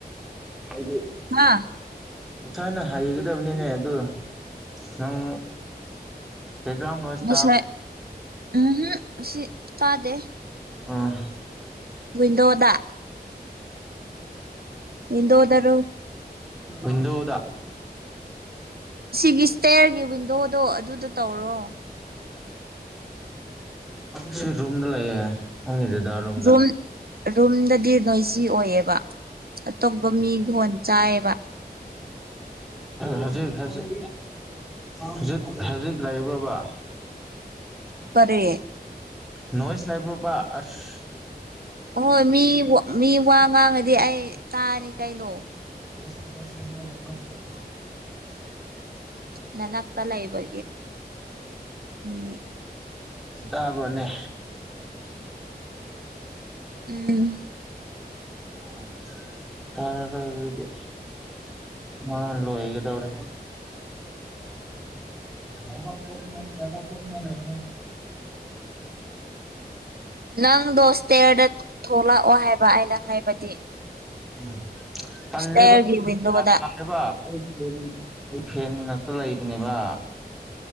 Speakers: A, in the centre; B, on the right (about 65°).
A: ꯍꯥꯏꯗꯤ
B: ꯍꯥ
A: ꯊꯥꯏꯅ ꯍꯩꯒꯗꯕꯅꯤꯅꯦ ꯑꯗꯨ ꯅꯪ ꯕꯦꯛꯒ꯭ꯔꯥꯎꯟ ꯅꯣꯏꯁ
B: ꯉꯁꯥꯏ
A: ꯇꯥꯕ꯭ꯔꯥ
B: ꯎꯝꯍꯨꯝ ꯑꯁꯤ ꯇꯥꯗꯦ
A: ꯑ
B: ꯋꯟꯗꯣꯗ ꯋꯤꯟꯗꯣꯗꯔꯣ
A: ꯍꯤꯟꯗꯣꯗ
B: ꯁꯤꯒꯤ ꯏꯁꯇꯦꯌꯔꯒꯤ ꯋꯤꯟꯗꯣꯗꯣ ꯑꯗꯨꯗ ꯇꯧꯔꯣ
A: ꯁꯤ ꯔꯨꯝꯨꯝꯗ ꯂꯩꯌꯦꯦ ꯎꯗꯗ ꯔꯨꯝꯝꯗ
B: ꯔꯨꯝ ꯔꯨꯝꯗꯗꯤ ꯅꯣꯏꯖꯤ ꯑꯣꯏꯌꯦꯕ ꯑꯇꯣꯞꯄ ꯃꯤ ꯊꯣꯟ ꯆꯥꯏꯌꯦꯕ
A: ꯍꯧꯖꯤꯛ ꯍꯧꯖꯤꯛ ꯍꯧꯖꯤꯛ ꯍꯧꯖꯤꯛ ꯂꯩꯕ꯭ꯔꯕ
B: ꯄꯔꯦ
A: ꯅꯣꯏꯁ ꯂꯩꯕ꯭ꯔꯕ ꯑꯁ
B: ꯍꯣꯏ ꯃꯤ ꯃꯤ ꯋꯥ ꯉꯥꯡꯉꯗꯤ ꯑꯩ ꯇꯥꯅꯤ ꯀꯩꯅꯣ
A: ꯁ
B: ꯅꯥꯟꯥꯛꯇꯂ ꯏꯕꯦ ꯎꯝ
A: ꯕꯅꯦ
B: ꯎꯝ
A: ꯎ ꯇꯔꯦꯗꯤ ꯃꯥ ꯂꯣꯏꯒ ꯇꯧꯔꯦ ꯅꯕꯣ ꯗꯥꯄꯣ ꯂꯩ
B: ꯅꯪꯗꯣ ꯏꯁꯇꯦꯌꯔꯗ ꯊꯣꯛꯂꯛꯑꯣ ꯍꯥꯏꯕ ꯑꯩꯅ ꯍꯥꯏꯕꯗꯤ
A: ꯎ ꯇꯜꯂꯦꯕ
B: ꯁ꯭ꯇꯦꯌꯔꯒꯤ ꯋꯤꯟꯗꯣꯗ
A: ꯁꯥꯂꯦꯕ ꯑꯩ ꯐꯦꯟ ꯑꯩ ꯐꯦꯟ ꯉꯛꯇ ꯂꯩꯕꯅꯦꯕ